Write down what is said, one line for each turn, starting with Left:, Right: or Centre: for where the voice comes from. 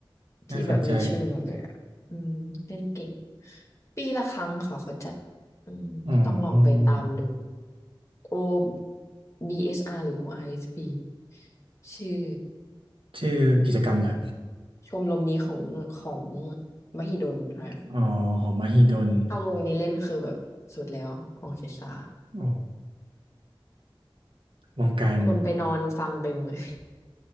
Left: ที่แบบมีชื่อหมดเลยอะอืมเล่นเก่ง
Right: น่าสนใจ
Left: ปีละครั้งค่ะเขาจัดอืมต้องลองไปตามดู
Right: อ๋อ
Left: O BSR หรือ o i s ีชื่อ
Right: ชื่อกิจกรรมแหละ
Left: ชมรมนี้ของของมหิดลค่ะ
Right: อ๋อของมหิดล
Left: ถ้าวงนี้เล่นคือแบบสุดแล้วออร์เคสตรา
Right: โอ้วงการ
Left: คนไปนอนฟังเต็มเลย